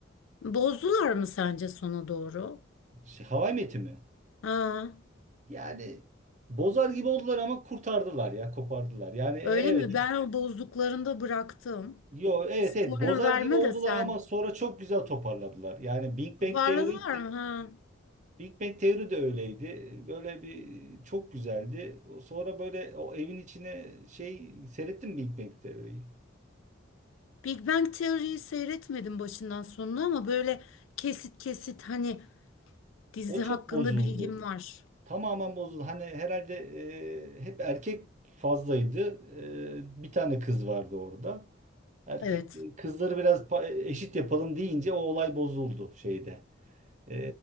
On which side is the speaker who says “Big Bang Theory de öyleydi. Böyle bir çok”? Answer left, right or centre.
Right